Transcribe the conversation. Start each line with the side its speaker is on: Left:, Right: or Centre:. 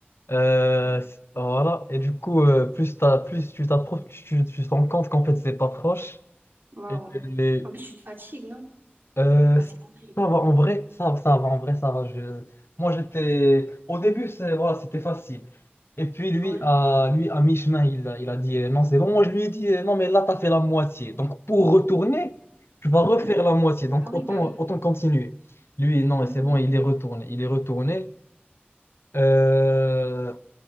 Left: Euh,
Right: Ouais.
Left: c- voilà, et du coup, euh, plus, t'as- plus tu t'approches, tu, tu te rends compte qu'en fait, c'est pas proche.
Right: Waouh.
Left: Et,
Right: En plus, tu te fatigues, non?
Left: Euh,
Right: Ah,
Left: ça
Right: c'est horrible.
Left: va, en vrai, ça, ça va, en vrai, ça va. Je... Moi, j'étais... Au début, c'est, voilà, c'était facile. Et puis, lui,
Right: Ouais,
Left: à, lui, à mi-chemin, il, a- il a dit, euh, non, c'est bon. Moi, je lui ai dit, euh, non, mais là, t'as fait la moitié. Donc, pour retourner, tu vas refaire
Right: ouais.
Left: la moitié. Donc,
Right: Ah oui,
Left: autant,
Right: bah oui.
Left: autant continuer. Lui, non, mais
Right: Mhm.
Left: c'est bon, il est retourné. Il est retourné. Euh,